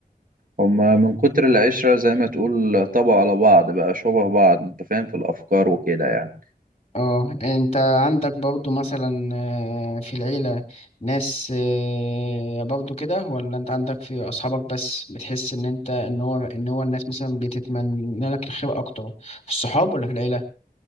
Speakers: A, on the right; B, on the left.
A: هما من كتر العشرة زي ما تقول طبعوا على بعض بقى شبه بعض انت فاهم في الأفكار وكده يعني
B: اه انت عندك برضو مثلا آه، في العيلة ناس آه، برضو كده ولا انت عندك في اصحابك بس بتحس ان انت ان هو ان هو الناس مثلا بتتمنى لك الخير اكتر في الصحاب ولا في العيلة